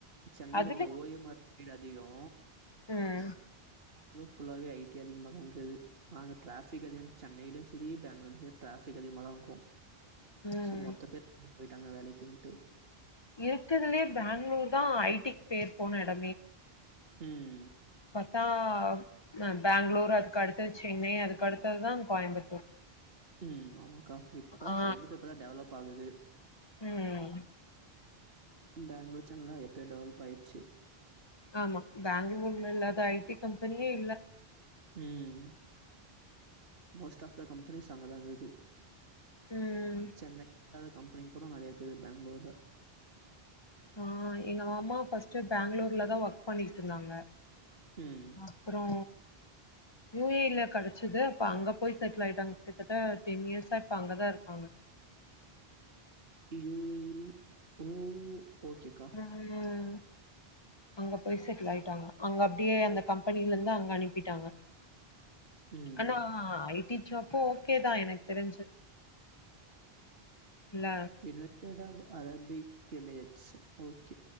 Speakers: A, on the right; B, on the left.
A: சென்னைல
B: அதுல
A: இருந்த ஓ எம் ஆர் <unintelligible> அதிகோ
B: ம்
A: இன்னு ஃபுல்லாவே ஐ டி அதிகமா தாங்குது அங்க டிராஃபிக் <unintelligible> சென்னையிலு சரி பெங்களூர்லியு சரி டிராபிக் அதிகமா தா க்கு
B: ம்.
A: சோ மொத்த பேர் <unintelligible> போலைக்கின்ட்டு
B: இருக்கதுலயே பெங்களூர் தா ஐ டி க்கு பேர் போன எடமே
A: ம்
B: பத்தா ம பெங்களூர் அதுக்கடுத்த சென்னை அதுக்கடுத்ததுதா கோயம்புத்தூர்
A: ம் ஆமாக்கா இப்பதா
B: ஆ.
A: கோயம்புத்தூர் இப்பதா டெவலப் ஆகுது
B: ம்.
A: பெங்களூர் செனலா எப்பயோ டெவலப் அயிட்ச்சு
B: ஆமா பெங்லூர்ல இல்லாத ஐ டி கம்பெனியே இல்ல
A: ம் மொஸ்ட் ஆஃப் த கம்பெனிஸ் அங்க தா இக்குது
B: ம்
A: சென்னை இல்லாத கம்பெனி கூட நறைய இருக்குது பெங்ளூர்ல
B: ஆ எங்க மாமா ஃபர்ஸ்ட்டு பெங்ளூர்ல தா ஒர்க் பண்ணிட்ருந்தாங்க
A: ம்
B: அப்பரோ யுஏல கிடைச்சது அப்ப அங்க போய் செட்டில் ஆயிட்டாங்க கிட்டத்தட்ட டென் இயர்ஸா இப்ப அங்கதா இருக்காங்க
A: ஊவி ஓ ஓகேக்கா
B: ம் அங்க போய் செட்டில் ஆயிட்டாங்க அங்க அப்டியே அந்த கம்பெனியில இருந்து அங்க அனுப்பிட்டாங்க
A: ம்
B: அண்ணா ஐ டி ஜாபு ஓகேதா எனக்கு தெரிஞ்சு இல்ல
A: ுனனைட்டட் அ அரபிக எமிரேட்ஸ் ஓகே